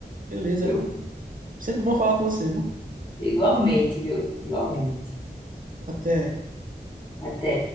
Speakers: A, on the right; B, on the left.
A: beleza.
B: viu?
A: Sempre bom falar com você, viu?
B: Igualmente, viu? Igualmente.
A: Até.
B: Até.